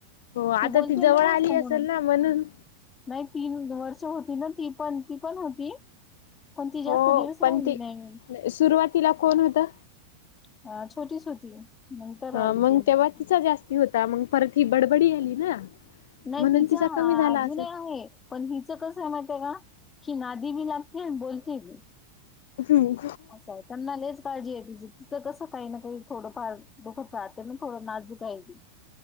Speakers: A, on the left (about 55°); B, on the left (about 20°).
A: हो आता
B: बोलते
A: ती जवळ
B: ना जास्त
A: आली
B: म्हणून
A: असेल ना? म्हणून
B: नाही तीन वर्ष होती ना ती पण ती पण होती. पण ती जास्त
A: हो
B: दिवस
A: पण
B: राहिली
A: ती
B: नाही.
A: सुरुवातीला कोण होता?
B: अ छोटीच होती. नंतर
A: तवा
B: आली
A: मग
B: ती मध्ये
A: तेव्हा तिचा जास्ती होता मग परत ही बडबडी आली ना?
B: नाही
A: म्हणून
B: तिचा
A: कमी झाला
B: अजूनही
A: असेल
B: आहे. पण हिचं कस आहे माहिती आहे का? ही नादी बी लागते आणि बोलते बी.
A: हम्म
B: असा य त्यांना लईच काळजी आहे तिची तिचं कसं काही ना का थोडफार दुखत राहते ना थोडं नाजूक आहे ती.